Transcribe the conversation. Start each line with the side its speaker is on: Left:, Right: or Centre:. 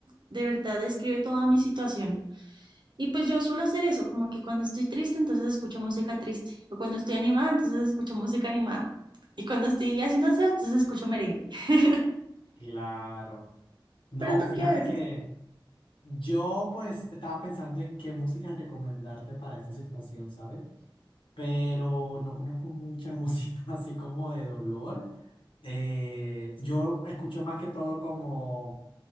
Right: de verdad describe toda mi situación. Y pues yo suelo hacer eso, como que cuando estoy triste, entonces escucho música triste, o cuando estoy animada, entonces escucho música animada, y cuando estoy haciendo aseo, entonces escucho merengue. <laughs>
Left: Claro. No,
Right: ¿Pero tú
Left: fíjate
Right: qué haces?
Left: que yo pues estaba pensando en qué música recomendarte para esta situación, ¿sabes? Pero no conozco mucha <laughs> música así como de dolor. Eh, yo escucho más que todo como